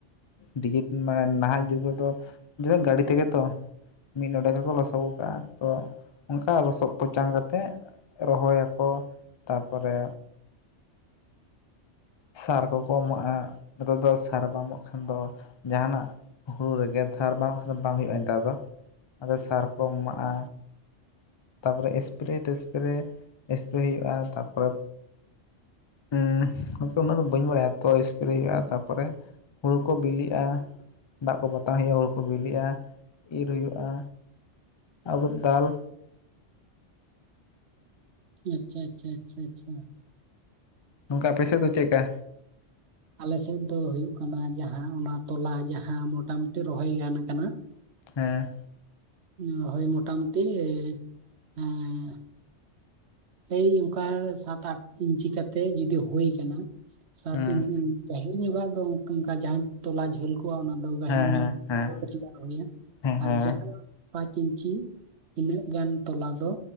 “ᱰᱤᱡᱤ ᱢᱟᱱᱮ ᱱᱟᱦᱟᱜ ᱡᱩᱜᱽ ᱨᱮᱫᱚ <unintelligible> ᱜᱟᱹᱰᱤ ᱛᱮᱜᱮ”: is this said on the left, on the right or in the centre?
Left